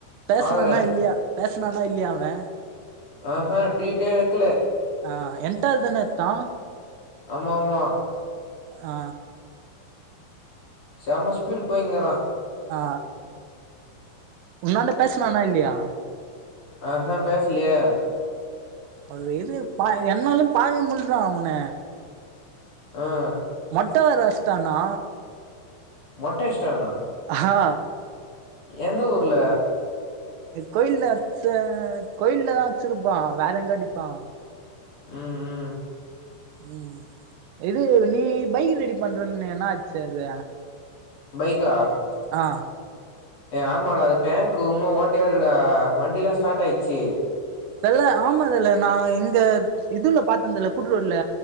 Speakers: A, on the right (about 80°); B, on the left (about 40°).
A: பேசனானா
B: பாக்குறே
A: இல்லயா பேசனானா இல்லய அவா
B: ஆ ஹ ட்ரீட்டே வெக்கல
A: ஆ என் டவ்ல் தான எட்த்தா
B: ஆமா ஆமா
A: ஆ
B: செம ஸ்பீடு போயிங்கறா
A: ஆ உன்னாண்ட பேசுனான இல்லையா
B: ஆ ஹ பேசலையே
A: அந்த இது ப என்னாலு பாக்க முட்ல்ல டா அவன
B: அ
A: மொட்ட வேற அட்ச்சுட்டானா
B: மொட்ட அட்ச்சுட்டானா
A: ஹா
B: எந்த ஊருல
A: கோயில்ல அட்ச்ச கோயில்லதா அட்ச்சுருப்பா வேற எங்க அடிப்பா
B: ம் ம்
A: ம் இது நீ பைக் ரெடி பண்றன்னியே என்ன ஆச்சு அது
B: பைக்கா
A: ஆ
B: ஏ ஆமாடா அது டேங்க்கு உன்னு ஓட்டையா இருக்குடா வண்டிலா ஸ்டார்ட் ஆயிடுச்சு
A: தல ஆமா தல நா இங்க இதுவ்ல பாத்துருந்தல்ல கூட்டுரோட்ல